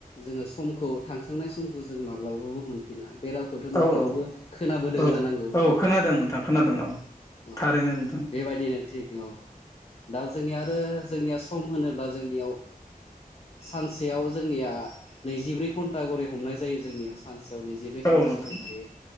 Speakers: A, on the left (about 40°); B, on the left (about 20°).
A: जो समखौ थांखांनाय समखौ जों माब्लाबाबो मोनफिना बे रावखौथ' नोंथाङाबो
B: औ
A: खोनाबोदों
B: औ
A: जानांगौ
B: औ
A: नां
B: खोनादों नोंथां खोनादों औ
A: औ
B: थारैनो नोंथां
A: बेबायदिनो थिग औ दा जनि जोंनि सम होनोब्ला जोंनियाव सानसेयाव जोंनि नैजिब्रै घन्टा रे हमनाय जायो जोंनियाव सानसे निजिब्रै
B: औ
A: घन्टा
B: नोंथां
A: घरि थायो